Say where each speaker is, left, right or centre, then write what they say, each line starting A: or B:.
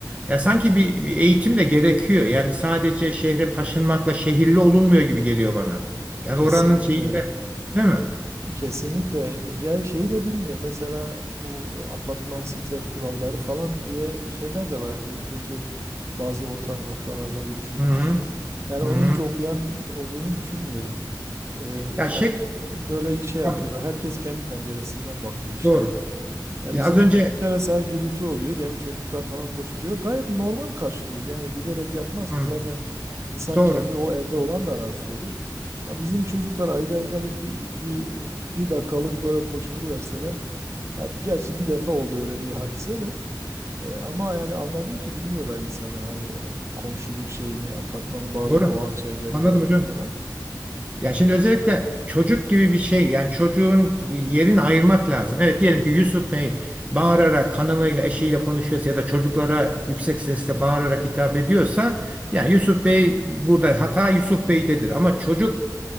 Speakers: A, on the right (about 20°); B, on the right (about 40°).
A: ya sanki bir eğitim de gerekiyor. Yani sadece şehre taşınmakla şehirli olunmuyor gibi geliyor bana. Yani
B: Kesinlikle.
A: oranın şeyinde değil mi?
B: Kesinlikle. Ya şeyi de bilmiyorum. Mesela bu apartman site kuralları falan diye şeyler de var. İyi kötü bazı ortak noktalarda buluşulmuş.
A: Hı hı.
B: Yani
A: Hı
B: onu
A: hı.
B: hiç okuyan olduğunu düşünmüyorum. Ee,
A: Ya
B: yani
A: şey
B: böyle şey yapıyorlar.
A: Tabii,
B: Herkes kendi penceresinden bakıyor işte.
A: doğru.
B: Ya
A: Ya
B: bizim
A: az önce
B: işte mesela gürültü oluyor diyelim çocuklar falan koşturuyor. Gayet normal karşılıyoruz. Yani bilerek yapmaz
A: Hı,
B: ki zaten insan
A: doğru.
B: kendi o evde olan da rahatsız olur. Ya bizim çocuklar ayda ayda bir, bir, bir, bir dakikalık böyle koşturuverseler. Ya gerçi bir defa oldu öyle bir hadise de. E, ama yani anladım ki bilmiyorlar insanlar hani o komşuluk şeyini, apartmanın bazı
A: Doğru.
B: doğal şeyleri
A: Anladım
B: olduğunu
A: hocam.
B: falan.
A: Ya şimdi özellikle çocuk gibi bir şey yani çocuğun yerini ayırmak lazım. Evet diyelim ki Yusuf Bey bağırarak hanımıyla eşiyle konuşuyorsa ya da çocuklara yüksek sesle bağırarak hitap ediyorsa yani Yusuf Bey burada hata Yusuf Bey'dedir ama çocuk